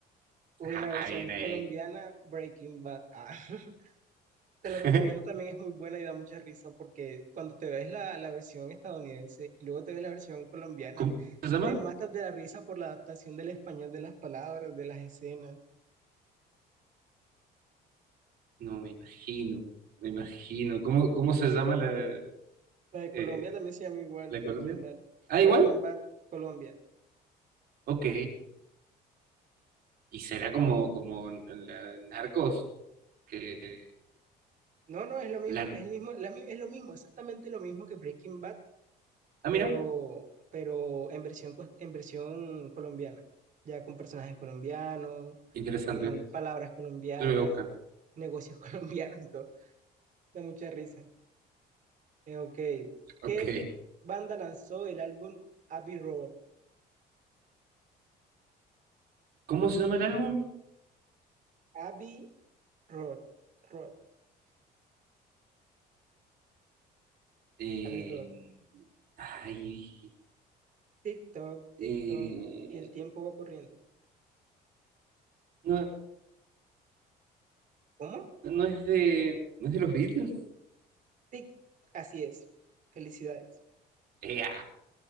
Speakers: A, on the right; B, on the right.
A: Uy,
B: <laughs>
A: en la
B: Ah,
A: versión
B: bien ahí.
A: colombiana, Breaking Bad. Ah, <laughs> Te
B: <laughs>
A: la recomiendo también, es muy buena y da mucha risa porque cuando te ves la, la versión estadounidense y luego te ves la versión colombiana,
B: ¿Cómo se llama?
A: te matas de la risa por la adaptación del español de las palabras, de las escenas.
B: No, me imagino, me imagino. ¿Cómo, cómo se llama la,
A: La de
B: eh,
A: Colombia también se llama igual
B: la
A: Breaking
B: de Colombia?
A: Bad.
B: Ah,
A: Breaking
B: igual.
A: Bad Colombia.
B: Ok. Y será como,
A: A ver.
B: como en la en Narcos, que
A: No, no, es lo mismo,
B: la...
A: es el mismo, la mi- es lo mismo, exactamente lo mismo que Breaking Bad,
B: Ah,
A: pero,
B: mira,
A: pero en versión, cos- en versión colombiana. Ya con personajes colombianos,
B: interesante.
A: con palabras colombianas,
B: Yo lo voy a buscar.
A: negocios <laughs> colombianos y todo. Da mucha risa. Eh, ok.
B: Ok.
A: ¿Qué banda lanzó el álbum Abbey Road?
B: ¿Cómo se llama el álbum?
A: Abbey Road. Road.
B: Eh,
A: Abbey Road.
B: Ay...
A: Tic-toc,
B: eh,
A: tic-toc, y el tiempo va corriendo.
B: No,
A: ¿Cómo?
B: no es de... ¿No es de los Beatles?
A: Tic. Así es. Felicidades.
B: Ea,